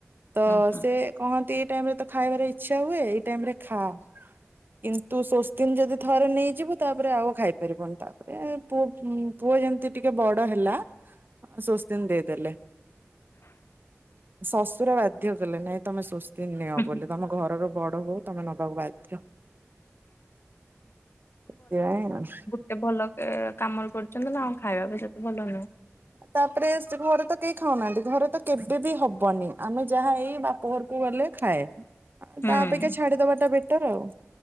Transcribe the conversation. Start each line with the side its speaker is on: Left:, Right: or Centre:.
Right: ତ
Left: ହୁଁ ହୁଁ
Right: ସେ କହନ୍ତି ଏଇ ଟାଇମ୍ ରେ ତ ଖାଇବାର ଇଚ୍ଛା ହୁଏ ଏଇ ଟାଇମ୍ ରେ ଖାଆ। କିନ୍ତୁ ଶୋସ୍ତିନ୍ ଯଦି ଥରେ ନେଇଯିବୁ ତାପରେ ଆଉ ଖାଇପାରିବନି ତାପରେ ପୁଅ ପୁଅ ଯେମିତି ଟିକେ ବଡ଼ ହେଲା ସ୍ୱସ୍ତିନ୍ ଦେଇଦେଲେ। ଶଶୁର ବାଧ୍ୟ କଲେ ନାଇଁ ତମେ ସୁସ୍ଥ ନିଅ
Left: ହୁଁ
Right: ବୋଲି ତମ ଘରର ବଡ ବହୁ ତମେ ନବାକୁ ବାଧ୍ୟ ସେଥିପାଇଁ
Left: ଏତେ ଭଲ କାମରେ କରୁଛନ୍ତି ନା ଆଉ ଖାଇବା ବି ସେତେ ଭଲ ନୁହେଁ
Right: ତାପରେ ସେ ଘରେ ତ କେହି ଖାଉନାହାନ୍ତି ଘରେ ତ କେବେ ବି ହବନି ଆମେ ଯାହା ଏଇ ବାପ ଘର କୁ ଗଲେ ଖାଏ ଆ
Left: ହୁଁ।
Right: ତାପେକ୍ଷା ଛାଡିଦବାଟା ବେଟର ଆଉ